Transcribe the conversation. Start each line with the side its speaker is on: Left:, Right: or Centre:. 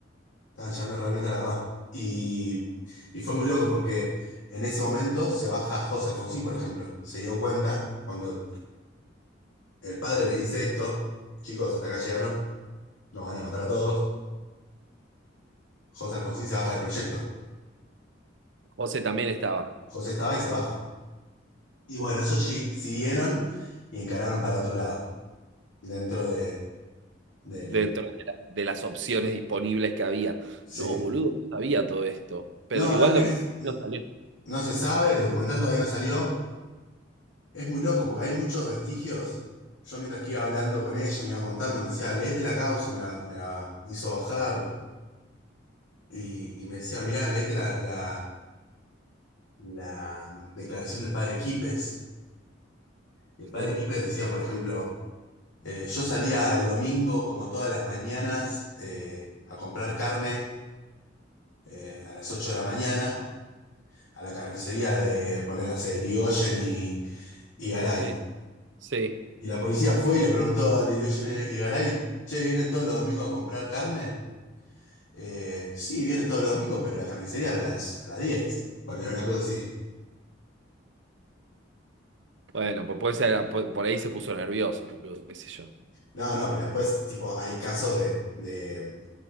Left: Estaban llegando realmente a la verdad. Y, y fue muy loco porque... En ese momento se baja José Alfonsín, por ejemplo. Se dio cuenta cuando El padre le dice esto, chicos, hasta acá llegaron, nos van a matar a todos. José Alfonsín se baja del proyecto.
Right: José también estaba.
Left: José estaba y se baja. Y bueno, ellos sí- siguieron y encararon para otro lado, dentro de, del...
Right: dentro de, la- de las opciones disponibles que había.
Left: Sí.
Right: No, boludo, no sabía todo esto. Pero
Left: No,
Right: igual
Left: no, que
Right: lo
Left: no, es-
Right: no salió.
Left: no se sabe, el documental todavía no salió. Es muy loco porque hay muchos vestigios. Yo mientras que iba hablando con ella, me iba contando, me decía, léete la causa, me la, me la hizo bajar. Y, y me decía, mirá, léete la, la, la declaración del padre Quipes. El padre
Right: Sí,
Left: Quípez decía, por ejemplo, eh, yo salía el domingo como todas las mañanas eh, a comprar carne eh, a las 8 de la mañana a la carnicería de, poner, no sé, Irigoyen y, y Garay.
Right: sí, sí.
Left: Y la policía fue y le preguntó al de Irigoyen y Garay, che, ¿viene todos los domingos a comprar carne? Eh, sí, viene todos los domingos, pero la carnicería a las, a las 10. Bueno, era una cosa así.
Right: Bueno, pues puede ser, po- por ahí se puso nervioso, boludo, qué sé yo.
Left: No, no, pero después, tipo, hay casos de, de-